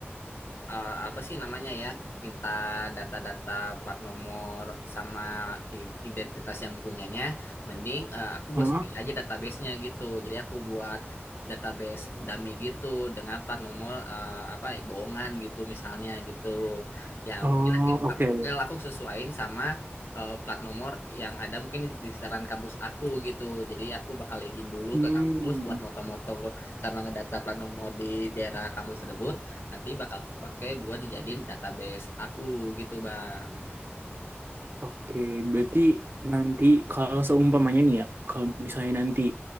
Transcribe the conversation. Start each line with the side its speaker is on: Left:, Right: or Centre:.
Left: eh, apa sih namanya ya minta data-data plat nomor sama i- identitas yang punyanya mending eh, aku
Right: Hah?
Left: buat sendiri aja databasenya gitu jadi aku buat database dummy gitu dengan plat nomor eh, apa bohongan gitu misalnya gitu ya
Right: Oh,
Left: mungkin
Right: oke.
Left: aku- bakal aku sesuaiin sama eh, plat nomor yang ada mungkin di sekitaran kampus aku gitu jadi aku bakal izin dulu
Right: Hmm.
Left: ke kampus buat moto-moto sama ngedata plat nomor di daerah kampus tersebut nanti bakal aku pakai buat dijadiin database aku gitu bang.
Right: Oke,
Left: Mm,
Right: berarti nanti kalau seumpamanya nih ya, kalau misalnya nanti